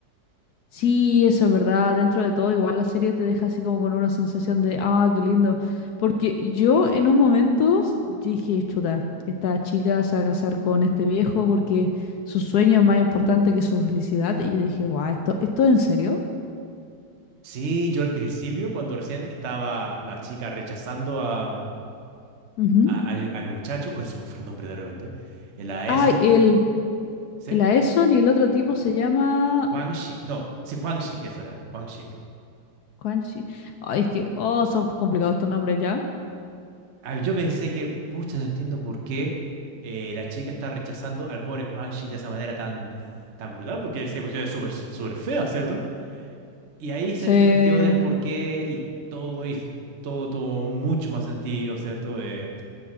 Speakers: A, on the left (about 70°); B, on the right (about 45°).
A: Sí, eso es verdad. Dentro de todo, igual la serie te deja así como con una sensación de, ah, qué lindo. Porque yo en un momento s- dije, chuta, esta chica se va a casar con este viejo porque su sueño es más importante que su felicidad. Y yo dije, guau, ¿esto, esto es en serio?
B: Sí, yo al principio, cuando recién estaba la chica rechazando a,
A: Ujú.
B: a- al, al muchacho, uy, se me fue el nombre de repente, eh, la
A: Ah,
B: Eson,
A: el,
B: ¿sí?
A: el Aeson y el otro tipo se llama
B: Quanshik, no, sí, Quanshik, eso era, Quanshik.
A: Quanchi. Ay,
B: Sí.
A: es que, oh, son complicados estos nombres ya.
B: Ah, yo pensé que, pucha, no entiendo por qué eh, la chica está rechazando al pobre Quanshik de esa manera tan, tan brutal, porque esa cuestión es súper, súper fea, ¿cierto? Y ahí se
A: Sí,
B: entendió del por qué y todo, hiz- todo tuvo un mucho más sentido, ¿cierto? Eh,